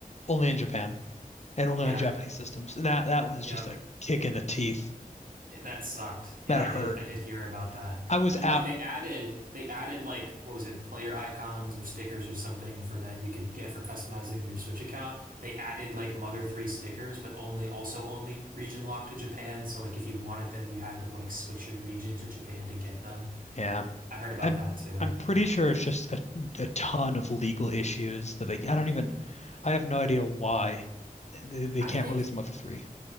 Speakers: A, on the left; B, on the right.
A: only in Japan and only
B: Yeah,
A: on Japanese systems. And that that was
B: yep.
A: just a kick in the teeth.
B: yeah, that sucked. Yeah,
A: That
B: I
A: hurt.
B: did I did hear about that.
A: I was
B: And
A: out.
B: like they added they added like what was it, player icons or stickers or something for that you could get for customizing your Switch account. They added like Mother 3 stickers, but only also only region locked to Japan. So like if you wanted them, you had to like switch your region to Japan to get them.
A: Yeah.
B: I heard about
A: I'm
B: that too.
A: I'm pretty sure it's just a, a ton of legal issues that they I don't even I have no idea why they, they
B: I
A: can't
B: think
A: release Mother 3.